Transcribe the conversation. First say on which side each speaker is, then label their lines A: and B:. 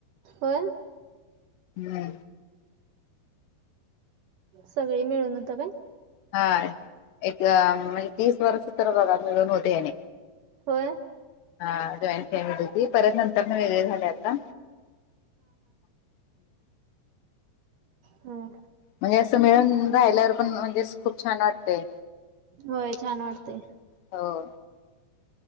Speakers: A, on the right; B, on the left.
A: हो
B: हम्म
A: सगळी मिळून होत पण
B: हा एक म्हणजे तीस वर्ष तर बघा मिळून होते याने
A: हो
B: हा जॉईन होती परत नंतर वेगळे झाले आता्
A: हम्
B: म्हणजे असं मिळून राहिल्यावर पण म्हणजे खूप छान वाटतय
A: होय छान वाटतेय
B: हो